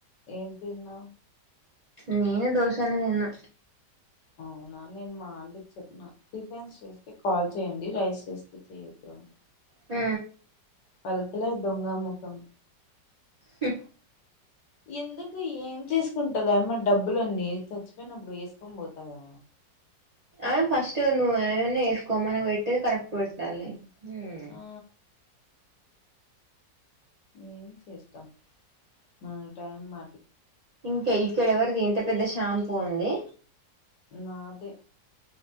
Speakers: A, on the left; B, on the right.
A: ఏం తిన్నా
B: నేను దోషానే తిన్నా
A: అవునా నేను మా ఆంటికి చెప్పిన టిఫెన్స్ చేస్తే కాల్ చేయండి రైస్ చేస్తే చెయొద్దు అని
B: ఆ
A: పలకలే దొంగామొఖం
B: హు
A: ఎందుకు ఏం చేసు కుంటదామ్మాయి డబ్బులన్నీ చచ్చిపోయినప్పుడు వేసుకొని పోతదా
B: ఆ ఫస్ట్ నువ్వు అవన్నీ వేసుకో మనకు పెట్టేది కరెక్ట్ పెట్టాలి హ్మ్
A: ఆ ఏం చేస్తా మన టైమ్ మ
B: ఇంకే ఇక్కడెవరు దిన్ త పెద్ద షాంపూ ఉంది
A: నాది